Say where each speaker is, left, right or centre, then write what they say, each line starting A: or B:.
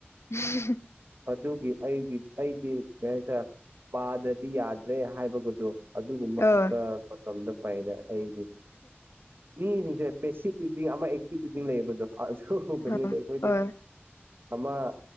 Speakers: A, on the left; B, on the right.
A: ꯎꯝ
B: ꯑꯗꯨꯒꯤ ꯑꯩꯒꯤ ꯑꯩꯗꯤ ꯀꯔꯤ ꯍꯥꯏꯇꯥꯔꯦ ꯄꯥꯗ꯭ꯔꯗꯤ ꯌꯥꯗ꯭ꯔꯦ ꯍꯥꯏꯕꯒꯗꯣ ꯑꯗꯨꯒꯨꯝꯕ
A: ꯑꯣ
B: ꯈꯛꯇ ꯃꯇꯝꯗ ꯄꯥꯏꯌ‌ꯦꯗ ꯑꯩꯗꯤ ꯃꯤꯁꯤꯡꯁꯦ ꯄꯦꯁꯤꯞ ꯔꯤꯗꯤꯡ ꯑꯃ ꯑꯦꯛꯇꯤꯚ ꯔꯤꯗꯤꯡ ꯂꯩꯌꯦꯕꯗꯣ ꯑꯥ ꯑꯗꯨꯒꯨꯝꯕꯅꯤꯗ
A: ꯍꯣꯏ
B: ꯑꯩꯈꯣꯏꯗꯤ
A: ꯍꯣꯏ
B: ꯑꯝꯃ